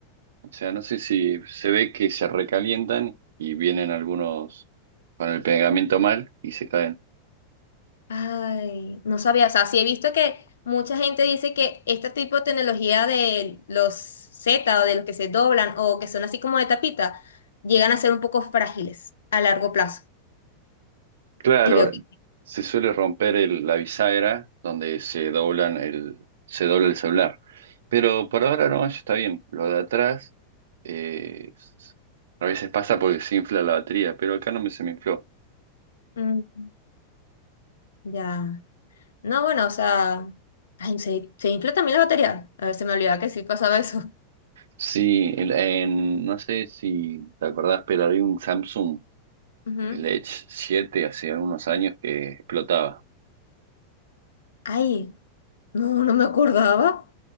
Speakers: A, on the right; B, on the left.
A: O sea, no sé si se ve que se recalientan y vienen algunos con el pegamento mal y se caen.
B: Ay, no sabía, o sea, sí he visto que mucha gente dice que este tipo de tecnología de los Z o de los que se doblan o que son así como de tapita, llegan a ser un poco frágiles a largo plazo.
A: Claro,
B: Y veo que...
A: se suele romper el- la bisagra donde se doblan el, se dobla el celular. Pero por ahora no, eso está bien. Lo de atrás, eh, a veces pasa porque se infla la batería, pero acá no me se me infló.
B: Mm, ya. No, bueno, o sea... Ay, ¿se, se infla también la batería? A ver, se me olvidaba que sí pasaba eso.
A: Sí, en, en- no sé si te acordás, pero había un Samsung,
B: <laughs> Ujú.
A: el Edge siete hace algunos años que explotaba.
B: Ay, no, no me acordaba.